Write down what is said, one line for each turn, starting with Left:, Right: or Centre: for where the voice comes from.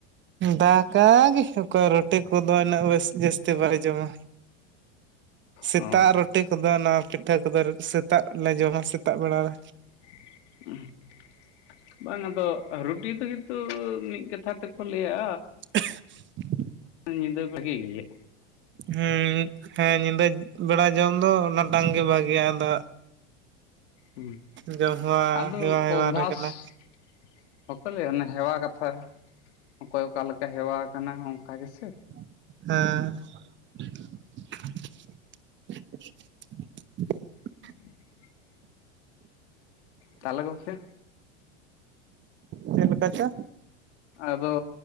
Right: ᱫᱟᱻᱠᱟᱻ ᱜᱮ ᱚᱠᱚᱭ ᱨᱚᱴᱤ ᱠᱩᱫᱚ ᱤᱱᱟᱹᱜ ᱵᱮᱥ ᱡᱟᱹᱥᱛᱤ ᱵᱟᱞᱮ‌ ᱡᱚᱢᱟ᱾ ᱥᱮᱛᱟᱜ
Left: ᱚ
Right: ᱨᱚᱴᱤ ᱠᱚᱫᱚ ᱚᱱᱟ ᱯᱤᱴᱷᱟᱹ ᱠᱚᱫᱚ ᱥᱮᱛᱟᱜ ᱞᱮ ᱡᱚᱢᱟ ᱥᱮᱛᱟᱜ ᱵᱮᱲᱟ ᱨᱮ᱾
Left: <unintelligible> ᱵᱟᱝ ᱟᱫᱚ ᱨᱩᱴᱤ ᱛᱮᱜᱮ ᱛᱩᱻ ᱢᱤᱫ ᱠᱟᱛᱷᱟ ᱛᱮ ᱠᱚ ᱞᱟᱹᱭᱟ
Right: <unintelligible>
Left: ᱧᱤᱫᱟᱹ ᱵᱟᱹᱜᱤ ᱜᱤᱭᱟ᱾
Right: ᱦᱩᱸᱻ ᱦᱮᱸᱻ ᱧᱤᱫᱟᱹ ᱵᱮᱲᱟ ᱡᱚᱢ ᱫᱚ ᱚᱱᱟ ᱴᱟᱝ ᱜᱮ ᱵᱷᱟᱹᱜᱤᱭᱟ ᱟᱫᱚ
Left: ᱦᱩᱸ
Right: ᱡᱚᱢ ᱦᱮᱣᱟ
Left: ᱟᱫᱚ
Right: ᱦᱮᱣᱟ ᱦᱮᱣᱟ
Left: ᱚᱵᱵᱷᱟᱥ
Right: ᱨᱮ ᱠᱟᱱᱟ᱾
Left: ᱵᱟᱠᱚ ᱞᱟᱹᱭᱟ ᱚᱱᱮ ᱦᱮᱣᱟ ᱠᱟᱛᱷᱟ ᱚᱠᱚᱭ ᱚᱠᱟ ᱞᱮᱠᱟ ᱦᱮᱣᱟ ᱟᱠᱟᱱᱟ ᱚᱱᱠᱟ ᱜᱮ ᱥᱮ?
Right: ᱦᱮᱸ᱾ <unintelligible>
Left: <inaudible> ᱛᱟᱦᱚᱞᱮ ᱜᱚᱢᱠᱮ
Right: ᱪᱮᱜ ᱞᱮᱠᱟ ᱪᱚ?
Left: ᱟᱫᱚ